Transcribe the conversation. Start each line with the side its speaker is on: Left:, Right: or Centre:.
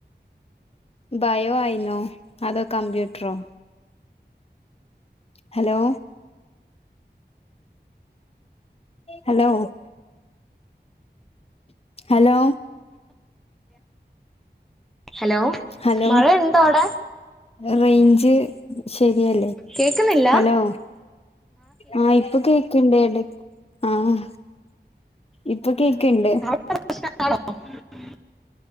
Left: ഭയോ ആയിന്നോ അതോ കമ്പ്യൂട്ടറോ hello hello hello
Centre: hello
Left: hello
Centre: മഴയുണ്ടോ അവിടെ
Left: റേ ന്ജ് ശരിയല്ലേ
Centre: കേക്കുന്നില്ല
Left: ഹലോ ആഹ് ഇപ്പൊ കേ ക്ണ്ടേട് ആഹ് ഇപ്പൊ കേക്ണ്ട്
Centre: <unintelligible>